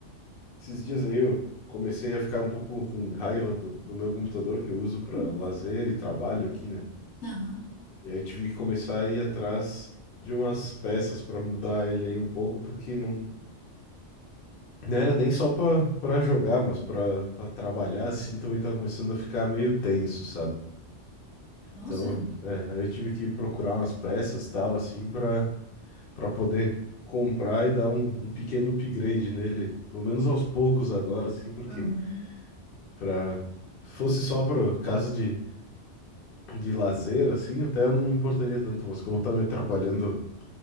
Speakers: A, on the left (about 55°); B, on the left (about 75°).
A: Esses dias aí eu comecei a ficar um pouco com raiva do, do meu computador que eu uso para
B: Hum.
A: lazer e trabalho aqui, né?
B: Ah,
A: E aí eu tive que começar a ir atrás de umas peças para mudar ele aí um pouco, porque não, não era nem só para para jogar, mas para para trabalhar assim também tava começando a ficar meio tenso, sabe?
B: nossa.
A: Então, é, aí eu tive que procurar umas peças tal assim para para poder comprar e dar um, um pequeno upgrade nele, pelo menos aos poucos agora assim, porque
B: Uhum.
A: Pra... Fosse só por caso de, de lazer, assim, até eu não me importaria tanto, mas como tá me atrapalhando